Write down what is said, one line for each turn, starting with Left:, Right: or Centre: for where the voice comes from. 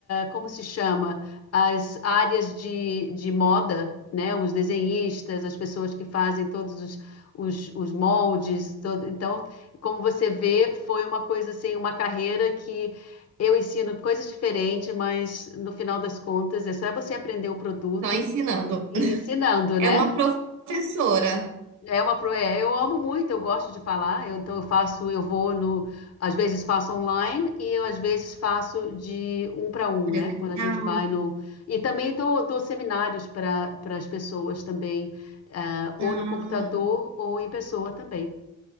Left: como se chama? As áreas de, de moda, né? Os desenhistas, as pessoas que fazem todos os, os, os moldes. Todo... Então, como você vê, foi uma coisa assim, uma carreira que eu ensino coisas diferentes, mas no final das contas é só você aprender o produto
Right: Só ensinando.
Left: e
Right: <laughs>
Left: ensinando,
Right: É
Left: né?
Right: uma professora
Left: É uma pro... é, eu amo muito, eu gosto de falar. Eu- então eu faço, eu vou no, às vezes faço online e eu às vezes faço de um para um,
Right: presencial.
Left: né? Quando a gente vai no e também dou, dou seminários para para as pessoas também, eh, ou
Right: Ah,
Left: no computador ou em pessoa também.